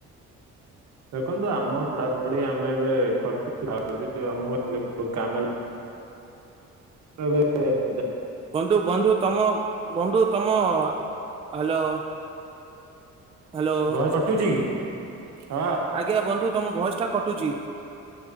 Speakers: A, on the right; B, on the right.
A: ଦେଖନ୍ତୁ ଆମ ପଢାପଢି ଆମେ ଏବେ ଖଟୁଚୁ ଖାଉଚୁ <unintelligible> ଆମ ଏ ବହୁ କାମ ଆବେ <unintelligible>
B: ବନ୍ଧୁ ବନ୍ଧୁ ତମ ବନ୍ଧୁ ତମ ହ୍ୟାଲୋ ହ୍ୟାଲୋ
A: ଭଏସ କଟୁଛି କି? ହଁ
B: ଆଜ୍ଞା ବନ୍ଧୁ ତମ ଭଏସ ଟା କଟୁଛି।